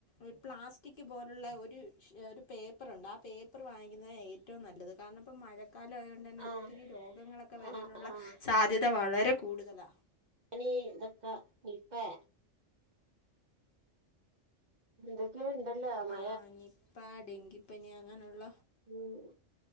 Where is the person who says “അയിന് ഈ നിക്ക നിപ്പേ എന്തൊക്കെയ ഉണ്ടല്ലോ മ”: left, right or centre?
Right